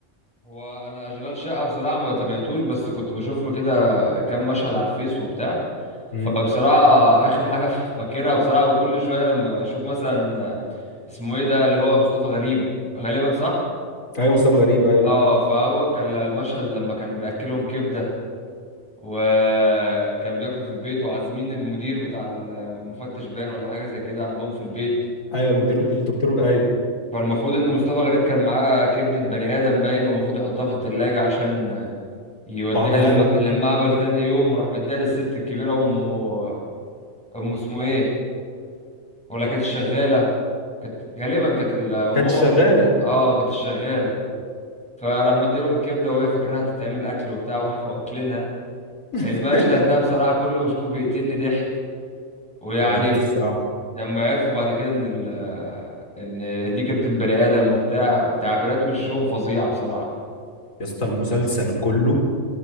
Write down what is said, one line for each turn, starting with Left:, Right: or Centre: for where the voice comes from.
Centre: هو انا اشغال شقة بصراحة ما تابعتوش بس كنت بشوف له كده كام مشهد على الفيس وبتاع
Left: امم
Centre: فبصراحة اخر حاجة ف- فاكرها بصراحة وكل شوية لما اشوف مثلا اسمه ايه ده اللي هو مصطفى غريب غالبا صح
Left: ايوه مصطفى غريب ايوه
Centre: اه فهو كان المشهد لما كان بياكلهم كبدة وكان بياكلوا في البيت وعازمين المدير بتاع المفتش بان ولا حاجة زي كده عندهم في البيت
Left: ايوه المدير الدكتور ايوه
Centre: فالمفروض ان مصطفى غريب كان معاه كبدة بني ادم باين ومفروض يحطها في التلاجة عشان يوديها
Left: وعملها
Centre: للم...
Left: لهم
Centre: للمعبل تاني يوم وراح مديها للست الكبيرة امه امه اسمه ايه ولا كانت شغالة كانت غالبا كانت ال- امهم
Left: كانت شغاله
Centre: او الشغالة اه كانت الشغالة فراح مديلهم الكبدة وهي فاكراها تتعمل اكل وبتاع <laughs> وراحوا واكلينها
Left: <laughs>
Centre: المشهد ده بصراحة كل ما اشوفه بيقتلني ضحك ويعني
Left: هو موت الصراحه
Centre: لما عرفوا بعد كده ان ال... ان دي كبدة بني ادم وبتاع تعبيرات وشهم فظيعة بصراحة
Left: يا اسطى المسلسل كله